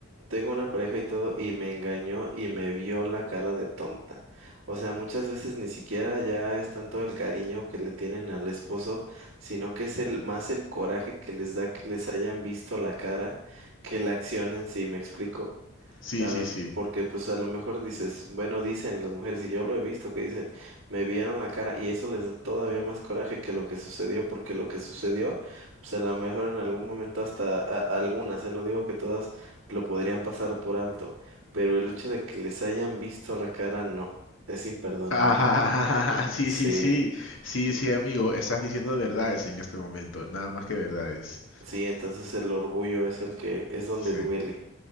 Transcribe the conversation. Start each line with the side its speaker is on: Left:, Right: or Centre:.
Right: tengo una pareja y todo, y me engañó y me vio la cara de tonta. O sea, muchas veces ni siquiera ya es tanto el cariño que le tienen al esposo, sino que es el, más el coraje que les da que les hayan visto la cara que la acción en sí, ¿me explico?
Left: sí,
Right: sea,
Left: sí,
Right: me ex-
Left: sí.
Right: porque pues a lo mejor dices, bueno, dicen las mujeres, y yo lo he visto que dicen, me vieron la cara, y eso les da todavía más coraje que lo que sucedió, porque lo que sucedió, pues a lo mejor en algún momento hasta a- algunas, eh, no digo que todas lo podrían pasar por alto, pero el hecho de que les hayan visto la cara, no, es imperdonable.
Left: Ajá, <laughs> sí,
Right: Sí,
Left: sí, sí. Sí, sí, amigo, estás diciendo verdades en este momento, nada más que verdades.
Right: sí, entonces el orgullo es el que es donde
Left: Sí.
Right: duele.